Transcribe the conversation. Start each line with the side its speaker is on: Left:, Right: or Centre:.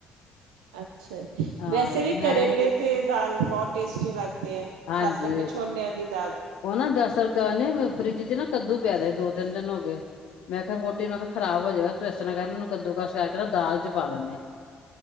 Right: ਅੱਛਾ
Left: ਹਾਂ
Right: ਵੈਸੇ ਵੀ
Left: ਮੈਂ
Right: ਕਰੇਲੇ
Left: ਹੀ
Right: ਤੇ ਦਾਲ ਬਹੁਤ ਟੇਸਟੀ ਲੱਗਦੇ ਹੈ
Left: ਹਾਂਜੀ
Right: ਖ਼ਾਸ ਕਰਕੇ ਛੋਲਿਆਂ ਦੀ ਦਾਲ
Left: ਉਹ ਨਾ ਦਰਅਸਲ ਕਹਨੇ ਫਰਿੱਜ ਚ ਨਾ ਕੱਦੂ ਪੈਦਾ ਦੋ ਤਿੰਨ ਦਿਨ ਹੋ ਗਏ ਮੈਂ ਕਿਹਾ ਆ ਵੋਟੀ ਨੂੰ ਅਖਿਆ ਖਰਾਬ ਹੋ ਜਾਏਗਾ ਤੂੰ ਇਸ ਤਰ੍ਹਾਂ ਕਹਿ ਉਹਨੂੰ ਕੱਦੂ ਕਸ ਕਰਕੇ ਦਾਲ ਚ ਪਾ ਲੈਂਣੇ ਆਾਂ